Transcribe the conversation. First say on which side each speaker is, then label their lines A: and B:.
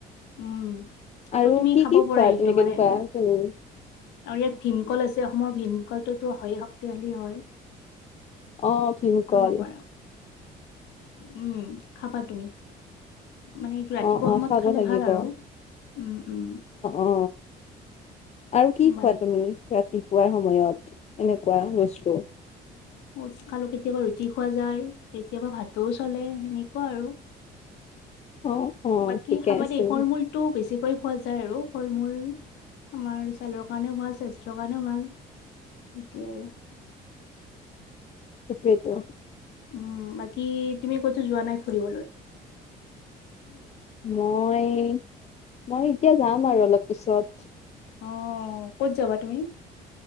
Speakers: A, on the left; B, on the left.
A: উম ত',
B: আৰু
A: তুমি
B: কি
A: খাব
B: কি
A: পৰাৰ
B: খোৱা
A: এইটো
B: এনে
A: মানে
B: কেনেকুৱা
A: ইয়াত,
B: তুমি
A: আৰু ইয়াত ভীমকল আছে অসমৰ ভীম। অকলটোতো হয়, শক্তিশালী হয়।
B: অ ভীমকাল
A: খাব পাৰা উম খাবা তুমি। মানে এইটো ৰাতিপুৱা
B: অ অ
A: সময়ত
B: খাব
A: খালে
B: লাগিব
A: ভাল আৰু
B: অ
A: উম উম।
B: অ আৰু কি খোৱা
A: বাকী
B: তুমি ৰাতিপুৱাৰ সময়ত এনেকুৱা বস্তু
A: উ খালো কেতিয়াবা ৰুটি খোৱা যায়। কেতিয়াবা ভাতও চলে সেনেকুৱা আৰু <inaudible>
B: অ অ
A: বাকী
B: ঠিকে
A: খাবা
B: আছে
A: দেই ফল মূলতটো বেছিকৈ খোৱা যায় আৰু। ফল মূল আমাৰ ছালৰ কাৰণেও ভাল স্বাস্থ্যৰ কাৰণেও ভাল এতিয়া আৰু
B: সেইটোৱে টো।
A: উম বাকী তুমি কতো যোৱা নাই ফুৰিবলৈ।
B: মই মই এতিয়া যাম আৰু অলপ পিছত
A: অ'ক'ত যাবা তুমি।